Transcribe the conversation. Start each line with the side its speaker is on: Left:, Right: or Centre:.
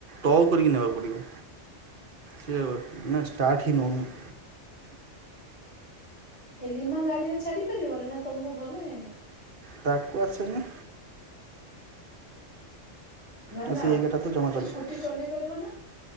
Right: ଟ କରିକି ନେବାକୁ ପଡ଼ିବ ସେ ମାନେ ଷ୍ଟାର୍ଟ ହିଁ ନଉନି।
Left: ଲିମା ଗାଡି ରେ ଛାଡି ପାରିବନି ନା ତମକୁ ଭଲ ଲଗେନୀ?
Right: ତାକୁ ଆସେନି
Left: ନା
Right: ଆଉ
Left: ନା
Right: ସେ ଏଇଗାଟା ତ ଜମା
Left: ସେ
Right: ଚଲେନି
Left: ସ୍କୁଟି ଚଲେଇ ପାରିବ ନା?